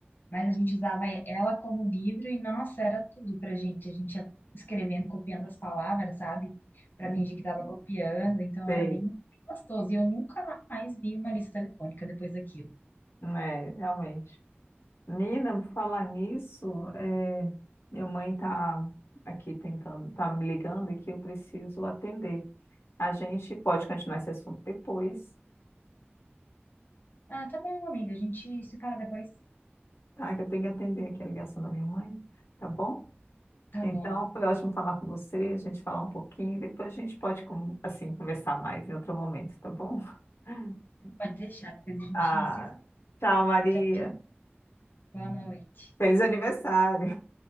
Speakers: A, on the left; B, on the left.
A: Mas a gente usava ela como livro e, nossa, era tudo pra gente. A gente ia escrevendo, copiando as palavras, sabe? Pra
B: Não
A: fingir que tava copiando. Então
B: Sei.
A: era bem gostoso. E eu nunca mais vi uma lista telefônica depois daquilo.
B: É, realmente. Mina, por falar nisso, é, minha mãe está aqui tentando, tá me ligando aqui, eu preciso atender. A gente pode continuar esse assunto depois,
A: Ah, tá bom, amiga. A gente se fala depois.
B: tá? Que eu tenho que atender aqui a ligação da minha mãe, tá bom?
A: Tá
B: Então,
A: bom.
B: foi ótimo falar com você, a gente falar um pouquinho, depois a gente pode, com- assim, conversar mais em outro momento, tá bom? <laughs>
A: Pode deixar. Depois a
B: Ah,
A: gente se fala.
B: tchau, Maria.
A: Tchau, tchau. Boa noite.
B: Feliz aniversário.